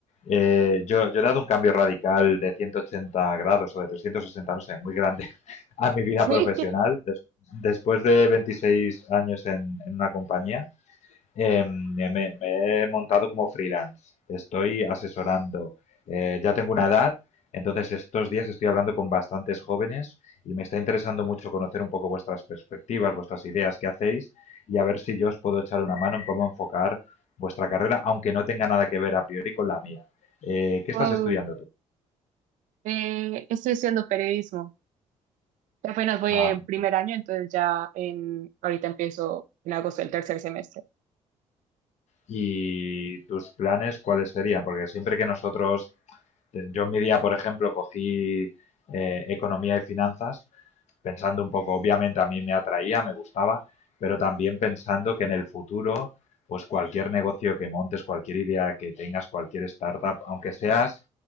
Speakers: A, on the left; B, on the right.
A: Eh, yo, yo he dado un cambio radical de 180 grados o de 360, no sé, muy grande <laughs> a mi vida
B: Sí.
A: profesional. Des- después de 26 años en, en una compañía, Eh, me, me he montado como freelance. Estoy asesorando. Eh, ya tengo una edad, entonces estos días estoy hablando con bastantes jóvenes y me está interesando mucho conocer un poco vuestras perspectivas, vuestras ideas que hacéis y a ver si yo os puedo echar una mano en cómo enfocar vuestra carrera, aunque no tenga nada que ver a priori con la mía. Eh, ¿Qué
B: Wow.
A: estás estudiando tú?
B: Eh, estoy estudiando periodismo. Apenas voy
A: Ah,
B: en primer
A: muy bien.
B: año, entonces ya en, ahorita empiezo en agosto el tercer semestre.
A: ¿Y tus planes cuáles serían? Porque siempre que nosotros, yo en mi día, por ejemplo, cogí eh, economía y finanzas, pensando un poco, obviamente a mí me atraía, me gustaba, pero también pensando que en el futuro, pues cualquier negocio que montes, cualquier idea que tengas, cualquier startup, aunque seas